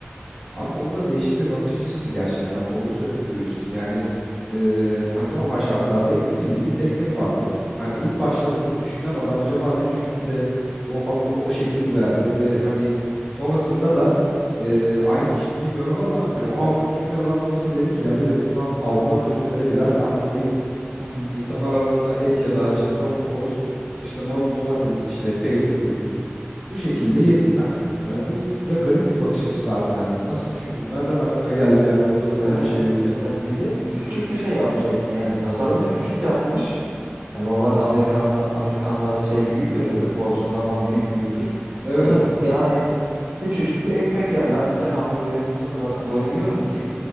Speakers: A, in the centre; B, on the right (about 45°).
A: Abi o da değişik bir bakış açısı gerçekten doğru söylüyorsun. Yani e, hani normal şartlarda ekmek bildiğimiz ekmek vardı. Hani ilk başta bunu düşünen adam acaba ne düşündü de o hamuru o şekil verdi ve hani sonrasında da e, aynı kişi mi bilmiyorum ama hani o hamuru düşünen adam sonrasında dedi ki ya dedi bundan altına da üstüne de birer tane koyayım.
B: Hı hı.
A: İnsanlar arasına et ya da işte tavuk koysun. İşte marul domates işte peynir koyayım. Bu şekilde yesinler. Hani bu da garip bir bakış açısı harbiden. Hani nasıl düşündün? Nereden aklına geldi yani ortada böyle
B: Evet.
A: bir şey yokken?
B: Ya bir de küçük bir şey yapmış ekmeği yani tasarımını küçük yapmış. Hani normalde Amerikan'da Amerikanlarda şey büyüktür ya böyle porsiyonlar falan büyük büyüktür.
A: Evet.
B: Bunda yani küçücük bir ekmek yani ben bir tane hamburger yediğim zaman zaten doymuyorum ki.